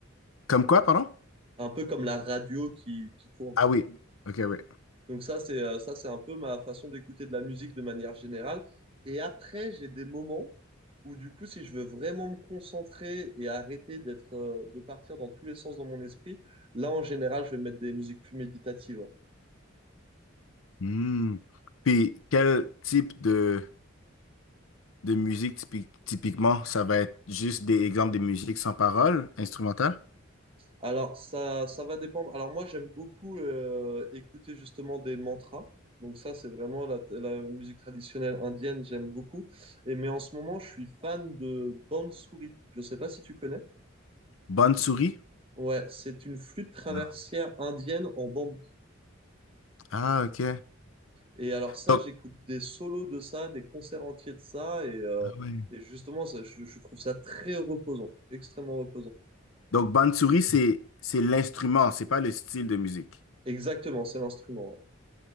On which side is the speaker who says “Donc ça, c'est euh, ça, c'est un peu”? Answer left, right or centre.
Right